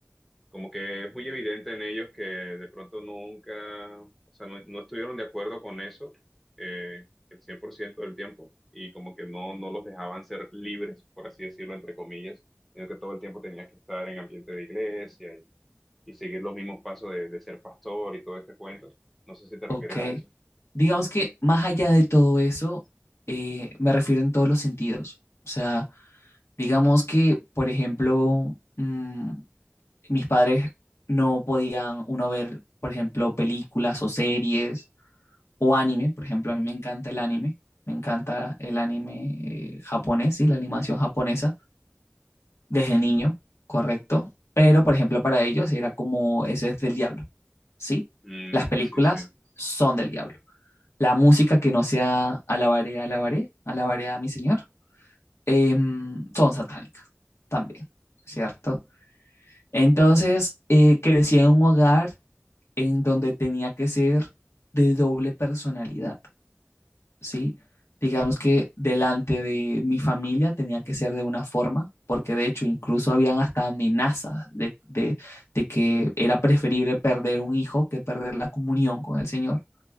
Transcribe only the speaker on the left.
Ok.
Digamos que más allá de todo eso, eh, me refiero en todos los sentidos. O sea, digamos que, por ejemplo, mm, mis padres no podían uno ver, por ejemplo, películas o series o anime. Por ejemplo, a mí me encanta el anime, me encanta el anime eh, japonés y la animación japonesa desde niño, correcto. Pero, por ejemplo, para ellos era como, eso es del diablo, ¿sí?
Las películas
son del diablo. La música que no sea alabaré, alabaré, alabaré a mi señor, em, son satánicas también, ¿cierto? Entonces, eh, crecí en un hogar en donde tenía que ser de doble personalidad, ¿sí? Digamos que delante de mi familia tenía que ser de una forma, porque de hecho incluso habían hasta amenazas de, de, de que era preferible perder un hijo que perder la comunión con el Señor,